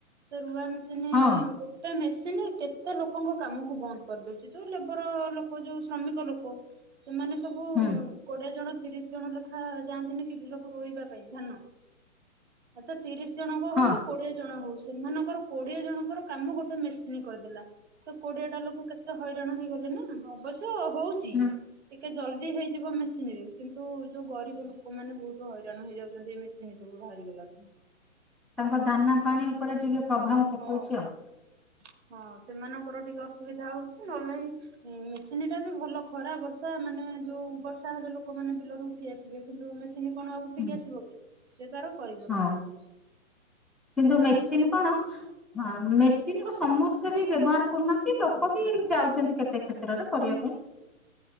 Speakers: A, on the right; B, in the centre.
A: ସେ ରୁଆ ମେ ମସିନି
B: ହଁ
A: ଗୋଟେ ମେସିନି କେତେ ଲୋକଙ୍କ କାମକୁ ବନ୍ଦ କରିଦଉଚି, ଯୋଉ ଲେବର ଲୋକ ଯୋଉ ଶ୍ରମିକ ଲୋକ ସେମାନେ ସବୁ
B: ହୁଁ
A: କୋଡିଏ ଜଣ ତିରିଶ ଜଣ ଲେଖା ଯାଆନ୍ତିନି କି ବିଲକୁ ରୋଇବା ପାଇଁ ଧାନ, ଆଚଛା ତିରିଶ ଜଣଙ୍କ
B: ହଁ।
A: ହଉ କି କୋଡିଏ ଜଣ ହଉ ସେମାନଙ୍କର କୋଡିଏ ଜଣଙ୍କର କାମ ଗୋଟେ ମେସିନ୍ କରିଦେଲା। ସେ କୋଡିଏ ଟା ଲୋକ କେତେ ହଇରାଣ ହେଇଗଲେ ନା ଅବଶ୍ୟ। ତ ହଉଚି
B: ହୁଁ
A: ଟିକେ ଜଲଦି ହେଇଯିବ ମେସିନ ରେ, କିନ୍ତୁ ଯୋଉ ଗରିବ ଲୋକ ମାନେ ବହୁତ ହଇରାଣ ହେଇଯାଉଚନ୍ତି ଏ ମେସିନ ସବୁ ବାହାରିଗଲାଣୁ।
B: ତାଙ୍କ ଦାନା ପାଣି ଉପରେ ଟିକେ ପ୍ରଭାବ ପକଉଛି
A: ହଁ।
B: ଆଉ।
A: ହଁ ସେମାନଙ୍କର ଟିକେ ଅସୁବିଧା ହଉଛି ନହେଲେ ନାହିଁ। ମେସିନ୍ ଟା ବି ଭଲ ଖରା ବର୍ଷା ମାନେ ଯୋଉ ବର୍ଷା ହେଲେ ଲୋକମାନୋନ ବିଲରୁ ଉଠି ଆସିବେ କିନ୍ତୁ ମେ ମେସିନ କଣ ଆଉ ଉଠିକି
B: ହୁଁ
A: ଆସିବ କି ସେ ତାର କରିବ
B: ହଁ।
A: ତା କାମ
B: କିନ୍ତୁ
A: ସେଟା
B: ମେସିନ୍
A: ପାଇଁ ଟିକେ
B: କଣ
A: ଭଲ ଆଉ।
B: ହଁ ମେସିନ ରୁ ସମସ୍ତେ ବି ବ୍ୟବହାର କରୁନାହାନ୍ତି। ଲୋକ ବି ଯାଉଛନ୍ତି। କେତେ କ୍ଷତ୍ ତ୍ରରେ
A: ହୁଁ
B: କରିବା
A: ହୁଁ।
B: ପାଇଁ।